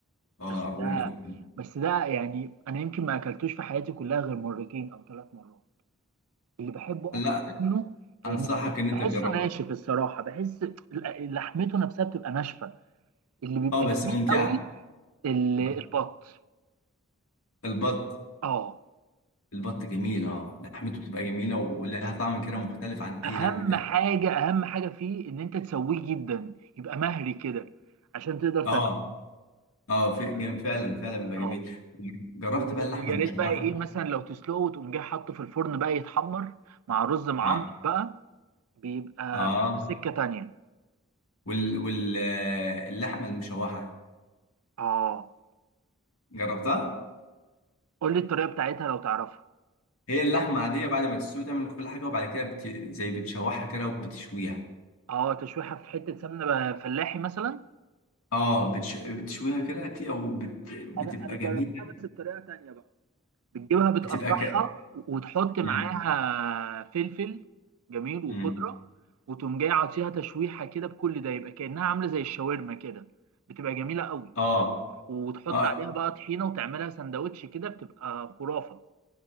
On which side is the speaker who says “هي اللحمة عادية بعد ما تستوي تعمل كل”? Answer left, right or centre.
Left